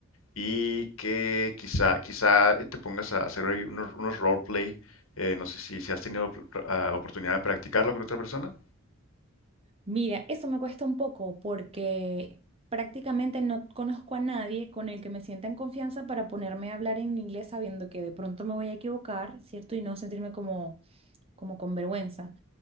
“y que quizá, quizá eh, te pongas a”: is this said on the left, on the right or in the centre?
Left